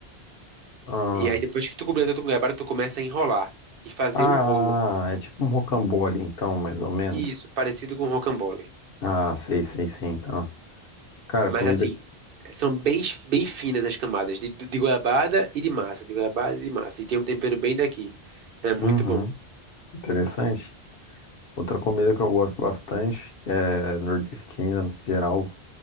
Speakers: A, on the left (about 65°); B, on the right (about 60°).
A: Ah.
B: E aí depois que tu completa o tucunarabara, tu começa a enrolar e fazer
A: Ah,
B: um rolo.
A: é tipo um rocambole, então, mais ou menos.
B: Isso, parecido com rocambole.
A: Ah, sei, sei, sim, então. Cara,
B: Mas
A: comida.
B: assim, são bem, bem finas as camadas de, de goiabada e de massa, de goiabada e de massa. E tem um tempero bem daqui. É muito
A: Uhum.
B: bom.
A: Interessante. Outra comida que eu gosto bastante é nordestina, no geral.